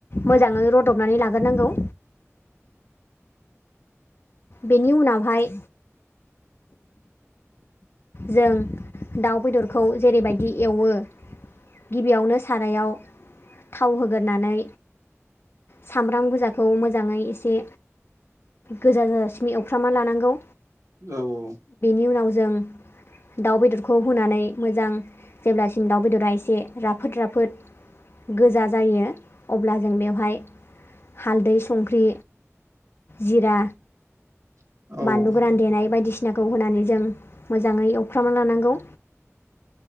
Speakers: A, on the left; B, on the right.
A: मोजाङै रदबनानै लाग्रोनांगौ बेनि उनावहाय जों दाउ बेदरखौ जेरैबायदि एवो गिबियावनो सारायाव थाव होगोरनानै सामब्राम गोजाखौ मोजाङै एसे गोजा जाजासिम एवफ्रामना लानांगौ।
B: औ औ।
A: बेनि उनाव जों दाउ बेदरखौ होनानै मोजां जेब्लासिम दाउ बेदरा एसे राफोद राफोद गोजा जायो अब्ला जों बेवहाय हालदै संख्रि जिरा
B: औ
A: बानलु गोरान देनाय बायदिसिनाखौ होनानै जों मोजाङै एवफ्रामना लानांगौ